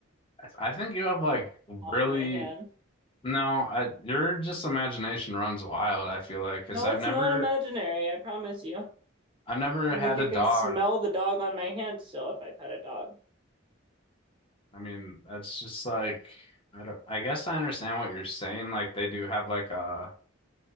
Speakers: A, on the left; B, on the right.
A: I I think you have like really
B: off on my hand.
A: no, I your just imagination runs wild, I feel like, because
B: No,
A: I've
B: it's
A: never.
B: not imaginary, I promise you.
A: I've never
B: And
A: had
B: like I
A: a
B: can
A: dog.
B: smell the dog on my hand still if I pet a dog.
A: I mean, that's just like I don't I guess I understand what you're saying. Like they do have like a